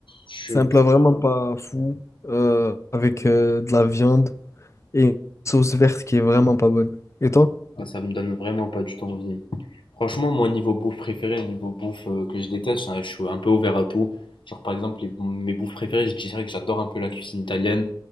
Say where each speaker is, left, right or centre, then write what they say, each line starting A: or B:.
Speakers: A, on the left; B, on the left.
A: suis
B: c'est un
A: désolé.
B: plat vraiment pas fou, euh, avec euh, de la viande et une sauce verte qui est vraiment pas bonne. Et toi?
A: Ah, ça me donne vraiment pas du tout envie. Franchement, moi, niveau bouffe préférée, niveau bouffe euh, que je déteste, hein, je suis un peu ouvert à tout. Genre, par exemple, les- mes bouffes préférées, je dirais que j'adore un peu la cuisine italienne,